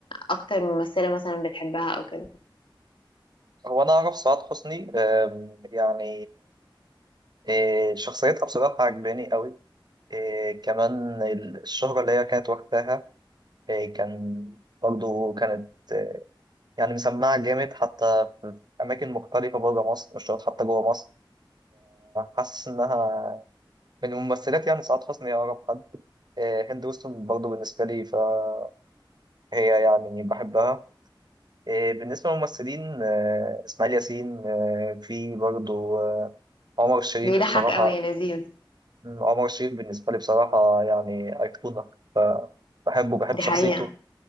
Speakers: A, on the left; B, on the right.
A: أكتر ممثلة مثلا بتحبها أو كده
B: هو أنا أعرف سعاد حسني آم، يعني إيه، شخصيتها بصراحة عجباني أوي إيه، كمان الشهرة اللي هي كانت وقتها إيه، كان برضه كانت يعني مسمعة جامد حتى في أماكن مختلفة بره مصر مش شرط حتى جوه مصر حاسس إنها من الممثلات يعني سعاد حسني هي أقرب حد آه، هند وستون برضه بالنسبة لي فهي يعني بحبها آه، بالنسبة للممثلين آه، إسماعيل ياسين آه، في برضه آه، عمر الشريف
A: بيضحك
B: بصراحة
A: أوي يا لذيذ
B: مم، عمر الشريف بالنسبة لي بصراحة يعني أيقونة بحبه بحب
A: دي
B: شخصيته
A: حقيقة